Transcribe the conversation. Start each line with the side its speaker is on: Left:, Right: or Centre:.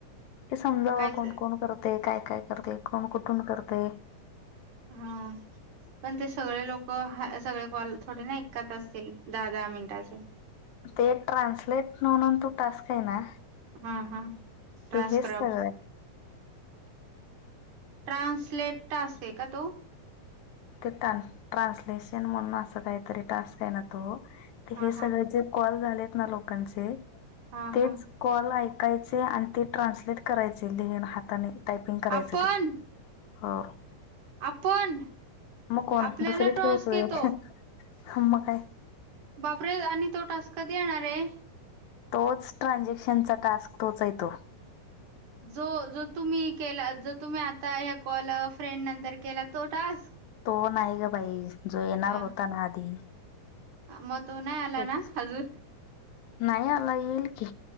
Left: हे समजावं
Right: काय
Left: कोण
Right: ते
Left: कोण करतंय, काय काय करतंय कोण कुटून करतंय.
Right: हा पण ते सगळे लोक सगळे कॉल थोडे ना ऐकत असतील दहा दहा मिनटाचे
Left: ते ट्रान्सलेट म्हणून तो टास्क आहे ना,
Right: हा हा, ट्रान्स्क्रब
Left: ते हेच सगळं आहे.
Right: ट्रान्सलेट टास्क आहे का तो?
Left: ते ट्रान्सलेशन म्हणून असं काहीतरी टास्क आहे मी, तो.
Right: हा
Left: हे
Right: हा
Left: सगळे जे कॉल झालेत ना, लोकांचे
Right: हा
Left: तेच
Right: हा
Left: कॉल ऐकायचे आणि ते ट्रान्सलेट करायचे लिहून हाताने, टायपिंग करायचं
Right: आपण
Left: ते हो,
Right: आपण?
Left: मग कोण
Right: आपल्याला
Left: दुसरी
Right: टास्क
Left: ठेवु का,
Right: येतो
Left: एक मग काय?
Right: बापरे! आणि तो टास्क कधी येणार आहे?
Left: तोच ट्रान्झॅक्शनचा टास्क तोच हाय तो.
Right: जो जो तुम्ही केला. जो तुम्ही आता हे कॉल अ फ्रेंड नंतर केला तो टास्क.
Left: तो नाही ग बाई जो येणार
Right: हा
Left: होता ना आधी.
Right: मग तो नाही आला
Left: तोच
Right: ना अजून.
Left: नाही आला येईल की